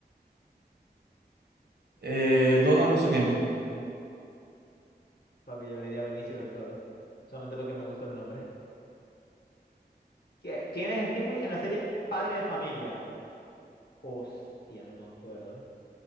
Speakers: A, on the right; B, on the left.
A: Eh, Donald, no sé qué.
B: Papi, yo le di a Benicio del Toro. Solamente porque me gustó el nombre. ¿Qui- ¿Quién es Stewie en la serie Padre de Familia? Hostia, no me acuerdo.